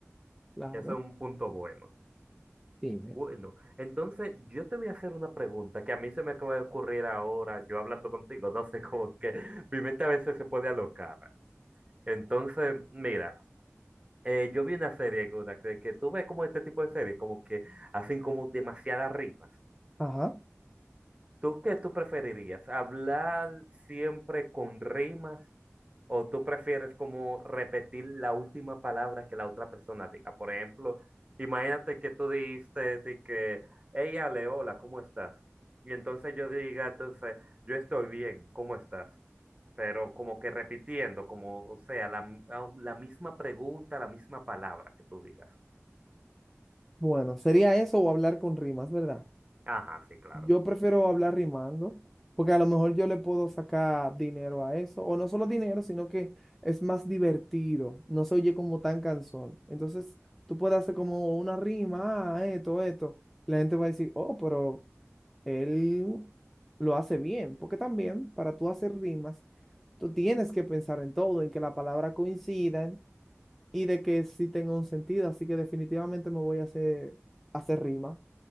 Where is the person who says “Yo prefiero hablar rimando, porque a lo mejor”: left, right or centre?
Centre